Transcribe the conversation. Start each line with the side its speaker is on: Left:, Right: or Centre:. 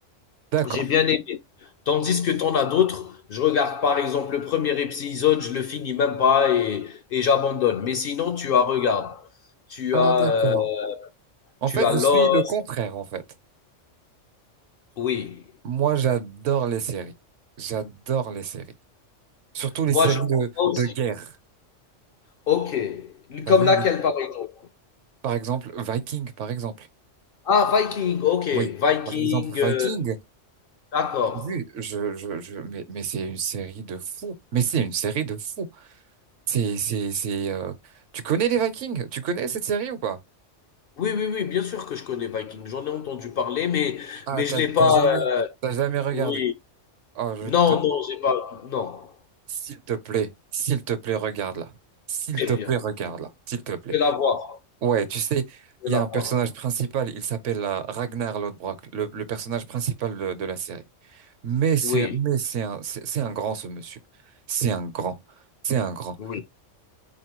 Right: D'accord.
Left: J'ai bien aimé. Tandis que t'en as d'autres, je regarde par exemple le premier épisode, je le finis même pas et, et j'abandonne. Mais sinon, tu as regarde. Tu
Right: Ah,
Left: as,
Right: d'accord.
Left: euh,
Right: En
Left: tu
Right: fait,
Left: as
Right: je
Left: Lost.
Right: suis le contraire, en fait.
Left: Oui.
Right: Moi, j'adore les séries. J'adore les séries. Surtout
Left: Moi,
Right: les séries
Left: je moi
Right: de,
Left: aussi.
Right: de guerre.
Left: Ok.
Right: T'as
Left: Comme
Right: vu,
Left: laquelle, par exemple?
Right: par exemple, Viking, par exemple.
Left: Ah, Viking. Ok.
Right: Oui.
Left: Viking.
Right: Par exemple,
Left: euh,
Right: Viking.
Left: d'accord.
Right: Oui, je, je, je, mais, mais c'est une série de fous. Mais c'est une série de fous. C'est, c'est, c'est, euh, Tu connais les Vikings? Tu connais cette série ou pas?
Left: Oui, oui, oui, bien sûr que je connais Viking. J'en ai entendu parler, mais,
Right: Ah,
Left: mais
Right: t'as,
Left: je l'ai pas.
Right: t'as jamais,
Left: euh,
Right: t'as jamais regardé.
Left: oui.
Right: Oh, je
Left: Non,
Right: te,
Left: non, j'ai pas. Non.
Right: s'il te plaît, s'il te plaît, regarde-la. S'il
Left: Très
Right: te
Left: bien.
Right: plaît, regarde-la. S'il te plaît.
Left: Je vais la voir.
Right: Ouais, tu sais,
Left: Je
Right: il
Left: vais la
Right: y a un personnage
Left: voir.
Right: principal, il s'appelle euh, Ragnar Lodbrok, le, le personnage principal de, de la série. Mais c'est,
Left: Oui,
Right: mais c'est un, c'est c'est un grand, ce monsieur. C'est un grand. C'est un grand.
Left: oui,